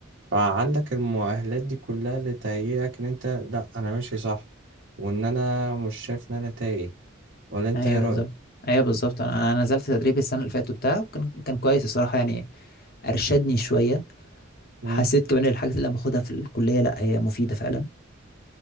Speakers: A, on the right (about 60°); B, on the left (about 50°).
A: فعندك المؤهلات دي كلها اللي تهيئك ان انت لا انا ماشي صح وان انا مش شايف ان انا تايه ولا انت
B: ايوه
A: ايه رأيك
B: بالظبط ايوه بالظبط انا انا نزلت تدريب السنه اللي فاتت بتاعه وكان كان كويس الصراحه يعني ارشدني شويه
A: مم.
B: حسيت كمان الحاجات اللي انا باخدها في الكليه لا هي مفيده فعلا